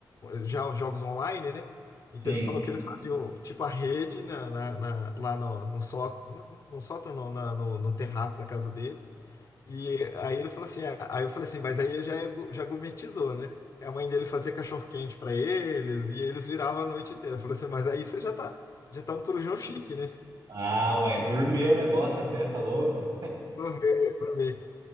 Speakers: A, on the left; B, on the right.
A: já jogos online, né?
B: Sim.
A: Então ele falou que eles faziam tipo a rede na, na- na- lá no, no sótão, no, no sótão não, na- no, no terraço da casa dele. E aí ele falou assim, ah, aí eu falei assim, mas aí já, é gu- já gourmetizou, né? Que a mãe dele fazia cachorro-quente pra eles e eles viravam a noite inteira. Eu falei assim, mas aí você já tá, já tá um corujão chique, né?
B: Ah, ué, gourmet o negócio até, tá louco?
A: Gourmet, gourmet.